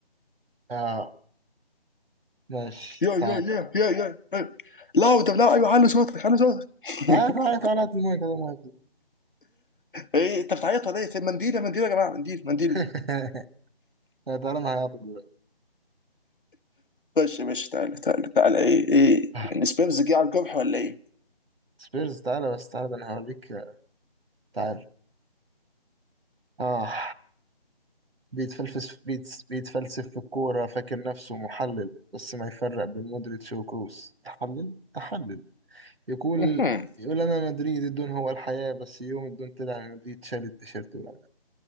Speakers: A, on the right; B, on the left.
A: آه ماشي
B: يا يا
A: تعالى
B: يا يا يا لاو طب لاو ايوه حلوا صوتك حلوا صوتك <laughs>
A: تعالى تعالى تعالى تعالى هات المايك هات المايك
B: ايه انت بتعيط ولا ايه في منديل يا منديل يا جماعه منديل منديل
A: <laughs> لا، تعالى أنا هعيطك دلوقتي
B: خش يا باشا تعالى تعالى تعالى ايه ايه
A: آه،
B: السبيرز جه على الجرح ولا ايه؟
A: سبيرز تعالى بس تعالى ده أنا هوريك تعالى آه بيتفلسف بيتس بيتفلسف في الكورة فاكر نفسه محلل بس ما يفرق بين مودريتش وكروس تحلل تحلل يقول
B: مهم.
A: يقول أنا مدريد الدون هو الحياة بس يوم الدون طلع من مدريد شال التيشيرت ورمى